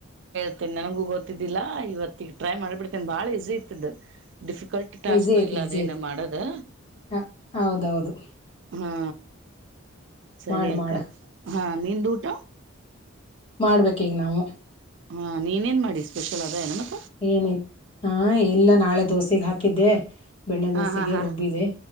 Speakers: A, on the right; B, on the left.
A: ತ್ತನ್ ನನಗೂ ಗೊತ್ತಿದ್ದಿಲ್ಲಾ ಇವತಿಗ್ ಟ್ರೈ ಮಾಡ್ಬಿಡ್ತೇನ್ ಬಾಳ ಈಸಿ ಐತ್ಅದು. ಡಿಫಿಕಲ್ಟ್ ಟಾಸ್ಕು
B: ಈಸಿ ಐತಿ
A: ಇಲ್ಲ
B: ಈಸಿ
A: ಅದೇನು
B: ಐತಿ
A: ಮಾಡೋದು
B: ಹ ಹೌದೌದು
A: ಹಾ. ಸರಿ
B: ಮಾಡ್
A: ಅಕ್ಕ
B: ಮಾಡು
A: ಹಾ ನಿಂದು ಊಟ.
B: ಮಾಡ್ಬೇಕ್ ಈಗ್ ನಾವು.
A: ಹಾ ನೀನೇನ್ ಮಾಡಿ ಸ್ಪೆಷಲ್ ಅದ ಏನ್ ಮತ್.
B: ಏನಿಲ್ ಹಾ ಇಲ್ಲ ನಾಳೆ ದೋಸಿಗ್ ಹಾಕಿದ್ದೆ. ಬೆಣ್ಣೆ ದೋಸೆಗೆ
A: ಹಾ ಹಾ ಹಾ
B: ರುಬ್ಬಿದೆ